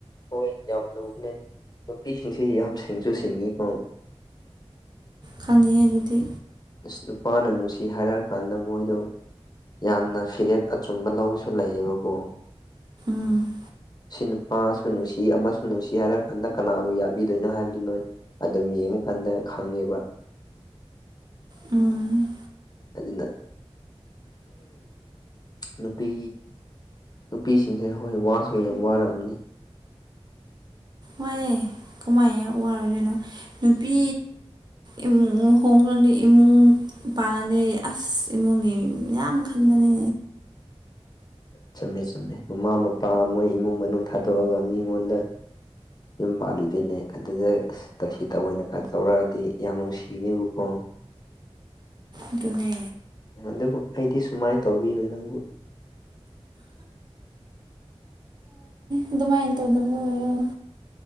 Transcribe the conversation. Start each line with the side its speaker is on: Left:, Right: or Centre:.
Left: ꯍꯣꯏ ꯌꯥꯝ ꯂꯨꯕꯅꯦ ꯅꯨꯄꯤꯁꯤꯡꯁꯤ ꯌꯥꯝ ꯁꯤꯡꯁꯨ ꯁꯤꯡꯉꯤꯀꯣ
Right: ꯈꯪꯗ‌ꯦꯍ‌ꯦ ꯑꯗꯨꯗꯤ
Left: ꯑꯁ ꯅꯨꯄꯥꯅ ꯅꯨꯡꯁꯤ ꯍꯥꯏꯔꯛꯑ ꯀꯥꯟꯗ ꯃꯣꯏꯗꯣ ꯌꯥꯝꯅ ꯐꯤꯔꯦꯞ ꯑꯆꯨꯝꯕ ꯂꯧꯕꯁꯨ ꯂꯩꯌꯦꯕꯀꯣ
Right: ꯎꯝ
Left: ꯁꯤ ꯅꯨꯄꯥꯁꯨ ꯅꯨꯡꯁꯤ ꯑꯃꯁꯨ ꯅꯨꯡꯁꯤ ꯍꯥꯏꯔ ꯀꯥꯟꯗ ꯀꯅꯥꯕꯨ ꯌꯥꯕꯤꯗꯣꯏꯅꯣ ꯍꯥꯏꯕꯗꯨ ꯅꯣꯏ ꯑꯗꯨꯝ ꯌꯦꯡꯉꯀꯥꯟꯗ ꯈꯪꯉꯦꯕ
Right: ꯎꯝ
Left: ꯑꯗꯨꯅ ꯎ ꯅꯨꯄꯤ ꯅꯨꯄꯤꯁꯤꯡꯁꯦ ꯍꯣꯏ ꯋꯥꯁꯨ ꯌꯥꯝ ꯋꯥꯝꯅꯤ
Right: ꯋꯥꯏꯌꯦ ꯀꯃꯥꯏꯅ ꯑꯣꯏꯔꯣꯏꯗꯣꯏꯅꯣ ꯅꯨꯄꯤ ꯏꯃꯨꯡ ꯍꯣꯡꯈ꯭ꯔꯗꯤ ꯏꯃꯨꯡ ꯄꯥꯜꯂꯅꯦ ꯑꯁ ꯏꯃꯨꯡꯒꯤ ꯌꯥꯝ ꯈꯟꯕꯅꯦ
Left: ꯆꯨꯝꯃꯦ ꯆꯨꯝꯃꯦ ꯃꯃꯥ ꯃꯄꯥ ꯃꯣꯏ ꯏꯃꯨꯡ ꯃꯅꯨꯡ ꯊꯥꯗꯣꯛꯑꯒ ꯃꯤꯉꯣꯟꯗ ꯌꯨꯝ ꯄꯥꯜꯂꯨꯗꯣꯏꯅꯦ ꯑꯗꯨꯗ ꯇ ꯁꯤ ꯇꯑꯣꯏ ꯑꯣꯏꯅ ꯀ ꯇꯧꯔꯛꯑꯗꯤ ꯌꯥꯝ ꯅꯨꯡꯁꯤꯒꯅꯤꯕꯀꯣ
Right: ꯑꯗꯨꯅꯦ
Left: ꯑꯗꯨꯕꯨ ꯑꯩꯗꯤ ꯁꯨꯃꯥꯏꯅ ꯇꯧꯕꯤꯔꯨ ꯅꯪꯕꯨ
Right: ꯑꯗꯨꯃꯥꯏꯅꯟꯇꯧꯗꯕꯨꯣꯣ